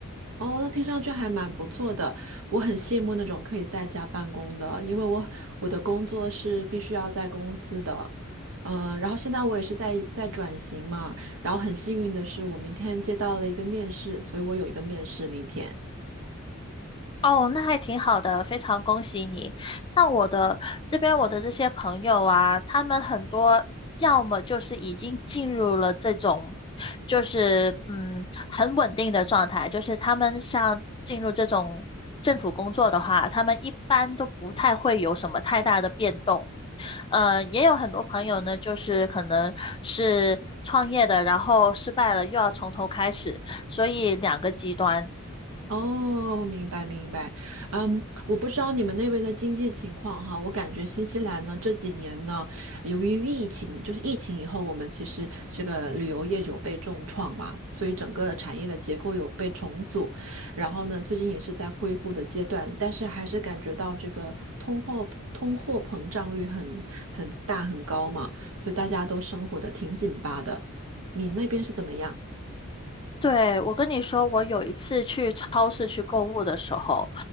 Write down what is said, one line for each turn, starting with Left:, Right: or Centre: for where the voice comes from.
Right: 哦，那听上去还蛮不错的。我很羡慕那种可以在家办公的，因为我我的工作是必须要在公司的。嗯、然后现在我也是在在转型嘛，然后很幸运的是，我明天接到了一个面试，所以我有一个面试明天。
Left: 哦，那还挺好的，非常恭喜你。像我的这边，我的这些朋友啊，他们很多要么就是已经进入了这种，就是嗯很稳定的状态，就是他们像进入这种政府工作的话，他们一般都不太会有什么太大的变动。呃，也有很多朋友呢，就是可能是创业的，然后失败了，又要从头开始，所以两个极端。
Right: 哦，我明白明白。嗯，我不知道你们那边的经济情况哈，我感觉新西兰呢这几年呢，由于疫情，就是疫情以后，我们其实这个旅游业有被重创嘛，所以整个产业的结构有被重组，然后呢，最近也是在恢复的阶段，但是还是感觉到这个通货通货膨胀率很很大很高嘛，所以大家都生活的挺紧巴的。你那边是怎么样？
Left: 对，我跟你说，我有一次去超市去购物的时候，